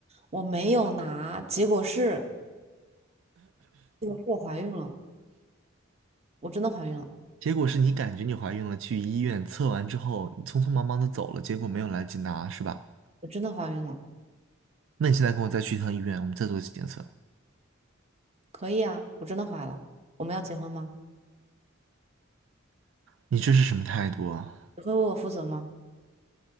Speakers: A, on the right; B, on the right.
A: 我没有拿，结果是，结果是我怀孕了，我真的怀孕了，
B: 结果是你感觉你怀孕了，去医院测完之后，你匆匆忙忙的走了，结果没有来得及拿，是吧？
A: 我真的怀孕了。
B: 那你现在跟我再去一趟医院，我们再做一次检测，
A: 可以啊，我真的怀了。我们要结婚吗？
B: 你这是什么态度啊？
A: 你会为我负责吗？